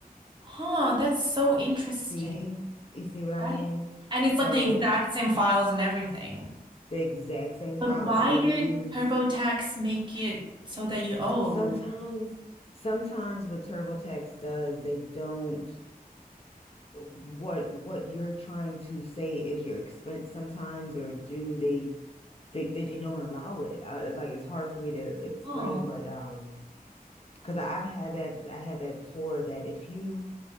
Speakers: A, on the right; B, on the left.
A: Huh, that's so interesting.
B: see you see what I
A: That
B: mean
A: is, and
B: so
A: it's like the exact same files and everything.
B: the exact same file
A: But why
B: she didn't
A: did
B: use
A: TurboTax make it so that you owed?
B: sometimes sometimes what TurboTax does they don't what what you're trying to say is your expense sometimes or do they they they, they don't allow it. I, it's like it's hard for me to explain,
A: Huh.
B: but um, because I've had that I had that before that if you